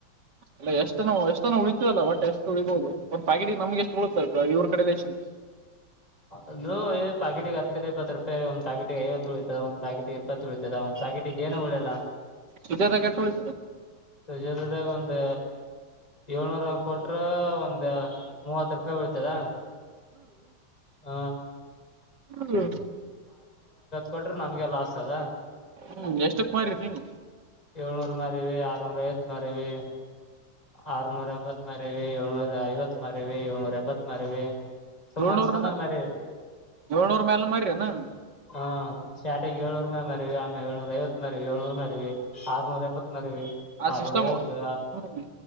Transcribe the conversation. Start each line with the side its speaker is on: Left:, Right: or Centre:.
Right: ಅಲ್ಲ ಎಷ್ಟ ಎಷ್ಟು ಉಳಿತತದಲ್ಲ ಒಟ್ ಎಷ್ಟು ಉಳಬೋುದು ಒ್ ಪಾಗಿಡಿ ನಮ್ಗೆಷ್ಟ ಉಳುತ್ತತ ಇವ್ರ ಕಡ ಎಷ್ಟು ಹ್.
Left: ಅಲ್ಲೂ ಪ್ಯಾಕೆಟಿಗೆ ಹತ್ತರ ಇಪ್ಪತ್ತು ರೂಪಾಯಿ ಒಂದು ಪ್ಯಾಕಟಿಿಗೆ ಐವತ್ತು ಉಳಿತತದ ಒಂದು ಪ್ಯಾಕಟಿಗೆ ಇಪ್ಪತ್ತು ಉಳತದ ತಕೇಟಿಗೆ ಏನು ಉಳಲ್ಲ
Right: ಸದದ ಕೆಟಳ್
Left: ಸುಜಾತದಾಗ ಒಂದ್ ಏಳ್ನೂರ ಕೊಟ್ರ ಒಂದು ಮೂವತ್ತು ರೂಪಾಯಿ ಉಳತದಾ ಹ
Right: ಹ್ಮ
Left: ಕೊ್ರ ನಮ್ಗೆಲ್ಲಾ ಆಸ್ತದ
Right: ಹ್ಮ್ ಎಷ್ಟ ಕುಮಾರರಿ ನೀವು
Left: ಏಳ್ನೂರ್ ಮಾರವಿ ಆರ್ನೂರ ಐತ್ ಮಾರವಿ ಆರ್ನೂರ ಎಂಬತ್ ಮರಿವಿ ಏಳ್ನೂರ ಐವತ್ ಮರಿವಿ ಏಳ್ನೂರ ಎಂಬತ್ ಮಾರವಿ ತು
Right: ಏಳ್ನೂರ್
Left: ಮನ್ಸ್ ಬಂದಂಗ
Right: ಮ
Left: ಮ್ರ
Right: ಏಳ್ನೂರ್ ಮ್ಯಾಲ ಮಾರೀರೇನ?
Left: ಹಾ ಶ ಂ ಳ್ನೂರ ಮರಿವಿ ಆ ಏಳ್ನರ ಐವತ್ ಮರಿ ಏಳ್ನೂರ ಮೇರಿವಿ ಆರ್ನೂರ ಎಂಬತ್
Right: ಆ
Left: ಆರದ
Right: ಸಿಸ್ಟಮ್
Left: ಆಯ್ತು
Right: ಹ್ಮ್